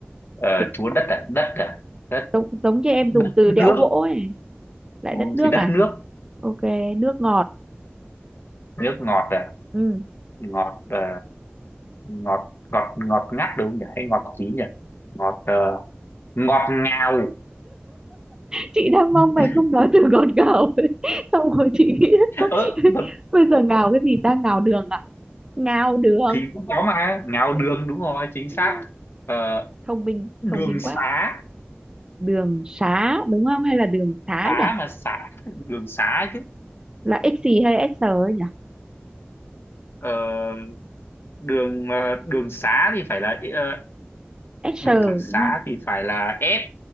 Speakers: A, on the left; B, on the right.
A: ờ,
B: thì
A: chúa đất à đất à đất
B: giống giống như em
A: đất
B: dùng từ
A: nước
B: đẽo gỗ ấy lại
A: ừ,
B: đất nước
A: thì đất
B: à
A: nước
B: ok nước ngọt
A: nước ngọt à
B: ừ.
A: ngọt ờ, ngọt ngọt ngọt ngắt đúng không nhỉ hay ngọt gì nhỉ ngọt ờ, ngọt ngào
B: chị đang
A: <laughs>
B: mong mày không nói từ ngọt ngào <laughs> xong rồi chị nghĩ
A: ơ
B: <laughs>
A: thật
B: bây giờ ngào cái gì ta ngào đường à ngào đường
A: thì cũng có mà ngào
B: đúng,
A: đường đúng rồi chính
B: đúng
A: xác
B: rồi.
A: ờ,
B: thông minh
A: đường
B: thông minh
A: xá
B: quá đường xá đúng không hay là đường xá
A: xá
B: nhỉ
A: mà xá đường xá chứ
B: là x gì hay s nhỉ
A: ờ, đường ờ, đường xá thì phải là ờ,
B: s
A: đường
B: đúng
A: xá
B: không
A: thì phải là S